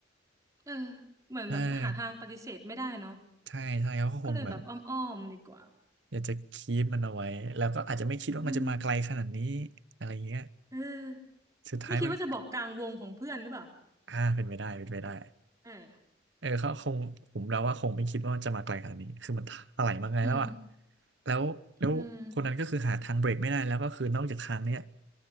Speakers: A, on the right; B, on the right.
A: เออเหมือนแบบหาทางปฏิเสธไม่ได้เนาะ
B: เออใช่ใช่เขาก็คงแบบ
A: ก็เลยแบบอ้อมๆดีกว่า
B: อยากจะคีปมันเอาไว้แล้วก็อาจจะไม่คิดว่ามันจะมาไกลขนาดนี้
A: อืม
B: อะไรเงี้ย
A: เออ
B: สุดท้ายมัน
A: ไม่คิดว่าจะบอกกลางวงของเพื่อนหรือเปล่า
B: อ่าเป็นไปได้เป็นไปได้
A: เออ
B: เออเขาคงผมเดาว่าคงไม่คิดว่ามันจะมาไกลขนาดนี้คือมันถลายมาไงแล้วอ่ะ
A: อืม
B: แล้วแล้วคนนั้นก็คือหาทางเบรกไม่ได้แล้วก็คือนอกจากทางเนี้ย
A: อืม